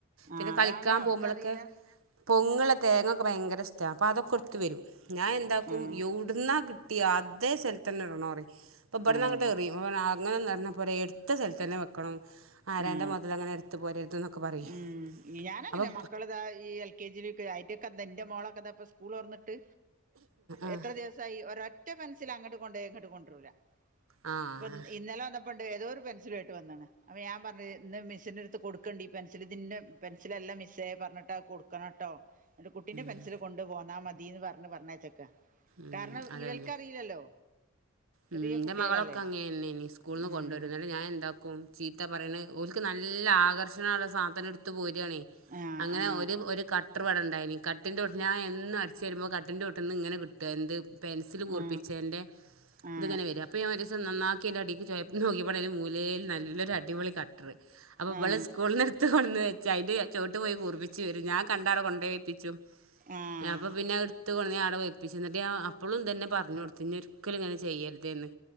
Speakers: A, on the right (about 40°); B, on the right (about 80°).
A: ആ
B: പിന്നെ
A: അതാണ്
B: കളിക്കാൻ
A: അവർക്കറിയില്ല
B: പോവുമ്പളൊക്കെ പൊങ്ങുള്ള തേങ്ങൊക്കെ ഭയങ്കര അപ്പൊ അതൊക്കെ ഇട്ത്ത് വരും ഞാൻ എന്താക്കും
A: ആഹ്
B: യൊവ്ട്ന്നാ കിട്ടിയെ അതേ സ്ഥലത്ത് തന്നെ ഇട്ണം പറിം അപ്പൊ ഇപട്ന്ന്
A: ആഹ്
B: അങ്ങട്ട് എറിം അപ്പൊ ഞ്ഞാം പറിം അങ്ങനൊന്നും എറിഞ്ഞാ പോര ഇട്ത്ത സ്ഥലത്തന്നെ വെക്കണം ആരാന്റെ
A: ആ
B: മുതൽ അങ്ങനെ എടുത്ത് പോരരുത് എന്നൊക്കെ പറയും
A: ഉം ഞാനങ്ങനെ
B: അപ്പൊ
A: മക്കളതാ ഈ എൽ കെ ജി എന്റെ മോളൊക്കത സ്കൂൾറൊന്നിട്ട്
B: ആഹ്
A: എത്ര ദിവസായി ഒരറ്റ ഒറ്റ പെൻസിൽ അങ്ങട്ട് കൊണ്ടോയാ ഇങ്ങട്ട് കൊണ്ടരൂല
B: ആഹ്
A: ഇപ്പൊ ഇന്നലെ പണ്ട്ഏതോരു പെൻസിലുയിട്ട് വന്നണ് അപ്പ ഞാൻ പറഞ്ഞത് ഇന്ന് മിസ്ന്റെടുത്ത് കൊടുക്കേണ്ടി. പെൻസിലിതിന്നെ പെൻസിലെല്ല മിസ്സേ പർഞ്ഞിട്ട കൊടുക്കണംട്ടോ. എന്റെ കുട്ടീന്റെ പെൻസിൽ
B: ഉം
A: കൊണ്ട് പോന്നാ മതിന്ന് പർഞ് പർഞ്ഞയ്‌ച്ചക്ക.
B: ഉം
A: കാരണം.
B: അതന്നെ
A: ഇവൽക്കറിയില്ലല്ലോ.
B: ഉം
A: ചെറിയ
B: ന്റെ
A: കുട്ടികളല്ലേ
B: മകളൊക്കെ അങ്ങനെന്നീനി സ്‌കൂൾന്ന്
A: ഉം
B: കൊണ്ടാരും ന്നട്ട് ഞാൻ എന്താക്കും ചി എത്ത പറണ് ഓൽക് നല്ല ആകർഷണള്ള സാധന ട്ത് പോയി ക്യായണേ
A: ആ
B: അങ്ങനെ
A: ആ
B: ഒരു ഒരു കട്ട്. വെട ഇണ്ടായിനി കട്ടിന്റൊട്ട് ഞാൻ എന്നും അടിചേരുമ്പം കട്ടിന്റൊ ട്ടീന്ന്ങ്ങനെ കിട്ടു എന്ത് പെൻസില് കൂർപ്പിച്ചെന്റെ
A: ആ ആ
B: ഇത്ങ്ങനെ വരും അപ്പൊ ഞാൻ ത് നന്നാക്കി അയിന്റെ അടീക് ചോയപ് നോക്കിയപ്പോ അയിന്റെ മൂലേൽ നല്ലരു അടിപൊളി ക അപ്പൊ
A: ആ ആ
B: ബള് സ്കൂള്ന്ന് ട്ത്ത്‌ കൊടന്ന് വെച്ചഅയിന്റെ ചോട്ടു പോയി കുർപ്പിച്ച് വരും ഞാൻ കണ്ടാ അവിടെ കൊണ്ടയിപ്പിച്ച് ച്ചു
A: ആ ആ
B: അപ്പൊ പിന്നെ അടുത്തു കൊടന്ന് അ അവിടെ വെപ്പിച്ച് എന്നിട്ട് ഞാൻ അപ്പോളും ഇതു തന്നെ പറഞ്ഞ് കൊടുത്ത് ഇനി ഒരിക്കലും ഇങ്ങനെ ചെയ്യരുതേ എന്ന്.